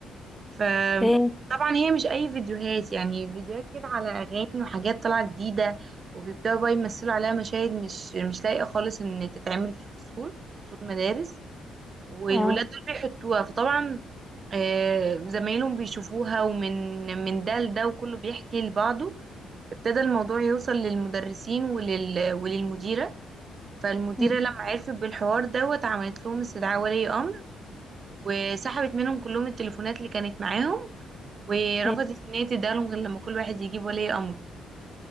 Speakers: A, on the right; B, in the centre.
A: فطبعا
B: ايه
A: هي مش اي فيديوهات يعني فيديوهات كده على اغاني وحاجات طالعه جديده وبيبداوا بقى يمثلوا عليها مشاهد مش مش لايقه خالص ان تتعمل في فصول فصول مدارس والولاد
B: اه
A: دول بيحطوها فطبعا آه، زمايلهم بيشوفوها ومن من ده لده وكله بيحكي لبعضه ابتدى الموضوع يوصل للمدرسين ولل وللمديره فالمديره
B: مم.
A: لما عرفت بالحوار دوت عملت لهم استدعاء ولي امر وسحبت منهم كلهم التليفونات اللي كانت معاهم ورفضت
B: ايه
A: ان هي تديهالهم غير لما كل واحد يجيب ولي امره